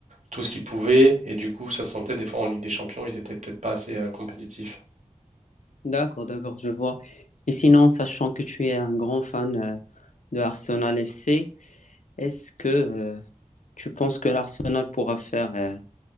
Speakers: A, on the right (about 65°); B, on the left (about 70°).
A: tout ce qu'ils pouvaient. Et du coup, ça se sentait des fois en Ligue des Champions, ils étaient peut-être pas assez euh, compétitifs.
B: D'accord, d'accord, je vois. Et sinon, sachant que tu es un grand fan euh, de Arsenal FC, est-ce que euh, tu penses que l'Arsenal pourra faire euh,